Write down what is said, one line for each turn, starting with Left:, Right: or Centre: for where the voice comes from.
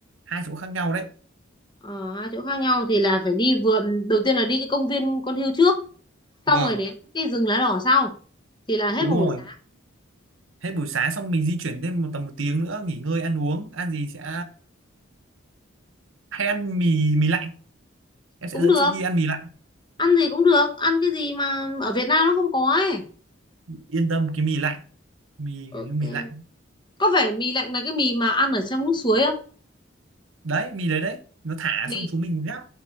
Right: hai chỗ khác nhau đấy
Left: ờ, hai chỗ khác nhau thì là phải đi vườn đầu tiên là đi cái công viên con hươu trước
Right: vâng
Left: xong rồi đến cái rừng lá đỏ sau thì là hết
Right: đúng
Left: một
Right: rồi
Left: buổi sáng
Right: Hết buổi sáng xong mình di chuyển thêm một tầm một tiếng nữa nghỉ ngơi ăn uống ăn gì sẽ hay ăn mì mì lạnh em sẽ
Left: cũng
Right: dẫn
Left: được
Right: chị đi ăn mì lạnh
Left: ăn gì cũng được ăn cái gì mà ở Việt Nam nó không có ấy
Right: yên tâm cái mì lạnh mì
Left: ok
Right: kiểu như mì lạnh
Left: có phải mì lạnh là cái mì mà ăn ở trong nước suối không
Right: đấy mì đấy đấy nó thả
Left: mì
Right: xong chúng mình gắp